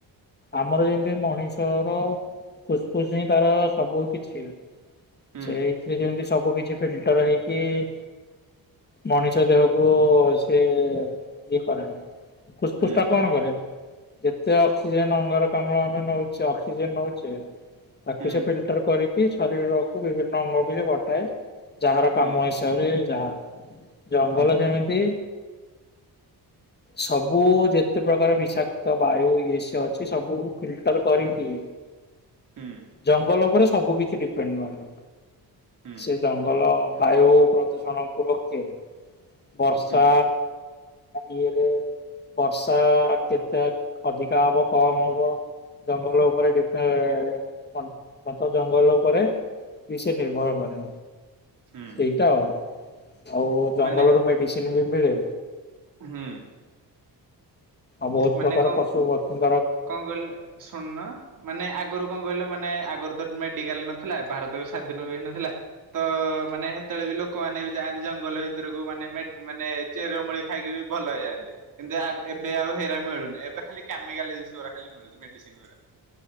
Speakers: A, on the left; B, on the right.
A: ଆମର ଯେମିତି ମଣିଷର ଫୁସ୍ଫୁସ୍ ହି ତାର ସବୁ କିଛି।
B: ହୁଁ
A: ସେଇଥିରେ ଯେମିତି ସବୁ କିଛି ଫିଲ୍ଟର ହେଇ କି ମଣିଷ ଦେହକୁ ସେ ଇଏ କରେନି। ଫୁସ୍‌ଫୁସ୍
B: ହୁଁ
A: ଟା କଣ କରେ? ଯେତେ ଅକ୍ସିଜେନ ଅଙ୍ଗାରକାମ୍ଳ ଆମେ ନଉଛେ ଅକ୍ସିଜେନ ନଉଛେ ତାକୁ
B: ହୁଁ
A: ସେ ଫିଲ୍ଟର କରିକି ଶରୀରକୁ ବିଭିନ୍ନ ଅଙ୍ଗକୁ ସେ ବଟାଏ କାମ
B: ହୁଁ
A: ହିସାବରେ ଯାହା ଜଙ୍ଗଲ
B: ହୁଁ
A: କେମିତି ସବୁ ଯେତେ ପ୍ରକାର ବିଷାକ୍ତ ବାୟୁ ଏସ ଅଛି ସବୁ ଫିଲ୍ଟର କରିକି
B: ହୁଁ
A: ଜଙ୍ଗଲ ଉପରେ ସବୁ କିିଛି ଡିପେଣ୍ଡ କରେ
B: ହୁଁ
A: ସେ ଜଙ୍ଗଲ ବାୟୁ ପ୍ରଦୂଷଣକୁ ରୋକେ। ବର୍ଷା
B: ହୁଁ
A: ଇଏରେ ବର୍ଷା କେତେ ଅଧିକା ହବ କମ ହବ ଜଙ୍ଗଲ ଉପରେ <unintelligible> ଘ ଘଞ୍ଚ ଜଙ୍ଗଲ ଉପରେ କି ସେ ନିର୍ଭର କରେ
B: ହୁଁ
A: ସେଇଟା ଆଉ ଆଉ ଜଙ୍ଗଲରୁ
B: ମାନେ
A: ମେଡିସିନ ବି ମିଳେ
B: ହୁଁ।
A: ଆଉ ବହୁତ
B: ମାନେ
A: ପ୍ରକାର
B: କଣ
A: ପଶୁ ପକ୍ଷୀ
B: କଣ କହିଲ ଶୁନ ମାନେ ଆଗରୁ କଣ କହିଲ ମାନେ ଆଗରୁ ମେଡିକାଲ ନଥିଲା ଭାରତ ବି ସ୍ଵାଧୀନ ବି ହେନଥିଲା ତ ମାନେ ହେତେବେଳେ ବି ଲୋକମାନେ ବି ଯାଆନ୍ତି ଜଙ୍ଗଲ ଭିତରକୁ ମାନେ ମାନେ ଚେରମୂଳି ଖାଇକି ବି ଭଲ ହେଇଯାନ୍ତି କିନ୍ତୁ ଏବେ ଆଉ ହେରା ମିଳୁନି ଏବେ ଖାଲି କ୍ୟାମିକାଲ ଜିନିଷ ଗୁରା ଖାଲି ମିଳୁଚି ମେଡିସିନ୍ ଗୁରା।